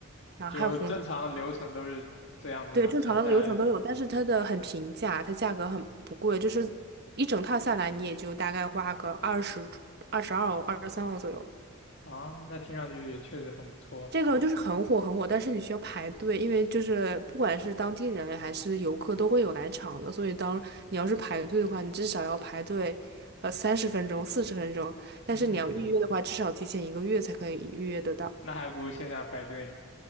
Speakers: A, on the right (about 50°); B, on the left (about 60°).
A: 然后还有红酒，
B: 就正常的流程都是这样子吗？
A: 对，正常的流程都有，
B: 前菜、
A: 但是它的很平价，它价格很不贵，就是一整套下来你也就大概花个二十二十二欧、二十三欧左右。
B: 啊，那听上去确实很不错。
A: 这个就是很火很火，但是你需要排队，因为就是不管是当地人还是游客都会有来场的，所以当你要是排队的话，你至少要排队，呃，三十分钟、四十分钟，但是你要预约的话，
B: 嗯，
A: 至少提前一个月才可以预约得到。
B: 那还不如线下排队呢。